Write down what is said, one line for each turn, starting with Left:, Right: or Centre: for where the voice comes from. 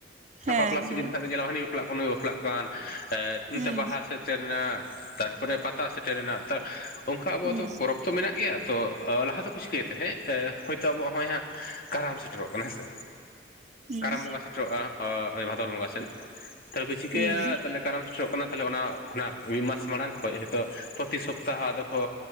Right: ᱦᱮᱸ
Left: ᱵᱟᱯᱞᱟ ᱥᱤᱡᱤᱱ
Right: ᱦᱮᱸ
Left: ᱠᱷᱟᱱ ᱫᱚ ᱧᱮᱞᱟᱢ ᱦᱟᱱᱤ ᱵᱟᱯᱞᱟᱜ ᱠᱟᱱ ᱱᱩᱭ ᱵᱟᱯᱞᱟᱜ ᱠᱟᱱ ᱮᱸᱫ ᱢᱤᱫᱴᱮᱡ
Right: ᱦᱩᱸ
Left: ᱵᱟᱦᱟ ᱥᱮᱫ ᱴᱮᱨ ᱱᱟ ᱛᱟᱨᱯᱚᱨᱮ ᱯᱟᱛᱟ ᱥᱮᱴᱮᱨᱮᱱᱟ ᱚᱱᱠᱟ ᱟᱵᱚᱣᱟᱜ
Right: ᱦᱩᱸ
Left: ᱫᱚ ᱯᱚᱨᱚᱵᱽ ᱛᱚ ᱢᱮᱱᱟᱜ ᱜᱮᱭᱟ ᱛᱚ ᱞᱟᱦᱟ ᱫᱚᱠᱚ ᱪᱤᱠᱟᱹᱭᱟ ᱦᱮᱜ ᱮ ᱦᱳᱭᱛᱳ ᱟᱵᱚᱣᱟᱜ ᱦᱚᱸᱜᱼᱚᱭ ᱦᱟᱸᱜ ᱠᱟᱨᱟᱢ ᱥᱮᱴᱮᱨᱚᱜ ᱠᱟᱱᱟ ᱦᱮᱸ ᱥᱮ
Right: ᱦᱩᱸ
Left: ᱠᱟᱨᱟᱢ ᱵᱚᱸᱜᱟ ᱥᱮᱴ ᱴᱮᱨᱚᱜᱼᱟ ᱚ ᱱᱚᱜᱚᱭ ᱵᱷᱟᱫᱚᱨ ᱵᱚᱸᱜᱟ ᱥᱮᱱ ᱛᱟᱦᱚᱞᱮ ᱠᱚ ᱪᱤᱠᱟᱹᱭᱟ
Right: ᱦᱩᱸ
Left: ᱛᱟᱦᱚᱞᱮ ᱠᱟᱨᱟᱢ ᱥᱮᱴᱮᱨᱚᱜ ᱠᱟᱱᱟ ᱛᱟᱦᱚᱞᱮ ᱚᱱᱟ ᱠᱷᱚᱱᱟᱜ ᱢᱤᱫ ᱢᱟᱥ ᱢᱟᱲᱟᱝ ᱠᱷᱚᱡ ᱦᱮᱛᱚᱜ ᱯᱨᱚᱛᱤ ᱥᱚᱯᱛᱟᱦᱚ ᱟᱫᱚ ᱠᱚ